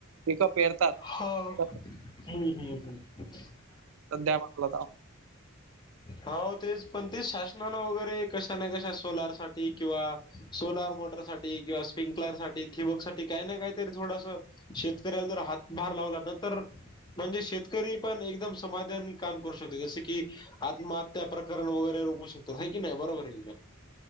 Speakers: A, on the right; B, on the left.
A: पिकं पेरतात.
B: हो
A: तर
B: हुम हुम.
A: अ द्या म्हटलंआ दाव <unintelligible>
B: हो तेच, पण ते शासनाने वगैरे कशाने कशा सोलार साठी ती किंवा सोलार मोटर साठी किंवा स्प्रिंग प्लेयर साठी ठिबक साठी काय ना काय तरी थोडसं. शेतकऱ्याला जर हातभार लावला तर, तर म्हणजे शेतकरी पण एकदम समाधानाने काम करू शकेल जसं की आत्महत्या प्रकरण वगैरे रोखू शकतो हाय की नाय बरोबर. प्रिलम.